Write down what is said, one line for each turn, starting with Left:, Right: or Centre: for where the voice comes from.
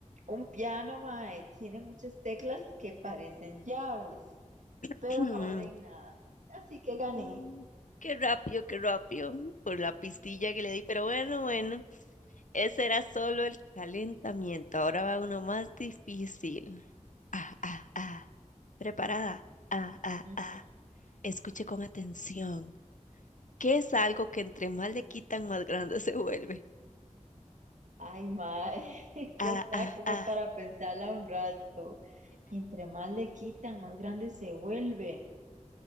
Right: Un piano, mae, tiene muchas teclas que parecen llaves,
Left: <clears throat>
Right: pero no abren nada. Así que gané.
Left: Mm, Qué rápido, qué rápido, por la pistilla que le di, pero bueno, bueno. Ese era solo el calentamiento. Ahora va uno más difícil. Ah, ah, ah. Preparada. Ah, ah,
Right: Ujú.
Left: ah. Escuche con atención. ¿Qué es algo que entre más le quitan, más grande <laughs> se vuelve?
Right: Ay, mae, <laughs> esto
Left: Ah,
Right: está
Left: ah,
Right: como
Left: ah.
Right: para pensarla un rato. Entre más le quitan, más grande se vuelve.